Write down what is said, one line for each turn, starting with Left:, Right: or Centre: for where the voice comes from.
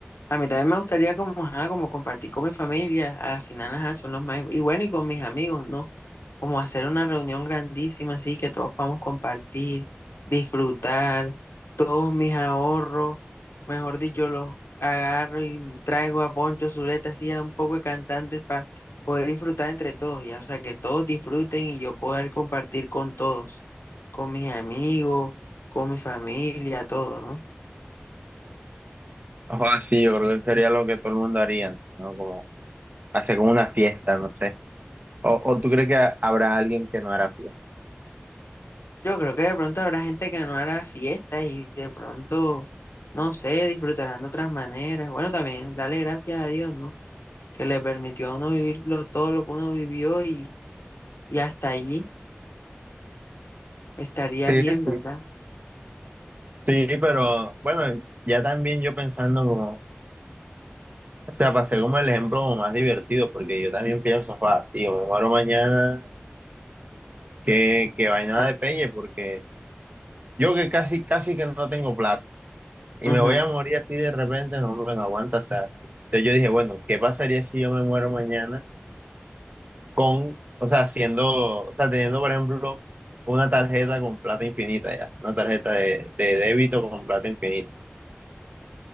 Left: A mí también me gustaría como, ajá, como compartir con mi familia, a las final, ajá, son los más, y bueno, y con mis amigos, ¿no? Como hacer una reunión grandísima, así que todos podamos compartir, disfrutar, todos mis ahorros, mejor dicho, los agarro y traigo a Poncho Zuleta, así a un poco de cantantes para poder disfrutar entre todos, ya, o sea, que todos disfruten y yo poder compartir con todos, con mis amigos, con mi familia, todo, ¿no?
Right: O sí, yo creo que sería lo que todo el mundo haría, ¿no? Como hacer como una fiesta, no sé. O, o tú crees que ha- habrá alguien que no hará fiesta.
Left: Yo creo que de pronto habrá gente que no hará fiestas y de pronto, no sé, disfrutarán de otras maneras. Bueno, también dale gracias a Dios, ¿no? Que le permitió a uno vivir lo- todo lo que uno vivió y, y hasta allí estaría
Right: Sí,
Left: bien, ¿verdad?
Right: sí. Sí, pero bueno, ya también yo pensando como, o sea, pasé como el ejemplo como más divertido, porque yo también pienso, ah, sí, o me muero mañana, que, que vaina
Left: Ah,
Right: de pelle, porque Yo que casi, casi que no tengo plata y
Left: ujú,
Right: me voy a morir así de repente, no me lo aguanta. O sea, entonces yo dije, bueno, ¿qué pasaría si yo me muero mañana con, o sea, siendo, o sea, teniendo, por ejemplo, una tarjeta con plata infinita ya, una tarjeta de, de débito con plata infinita?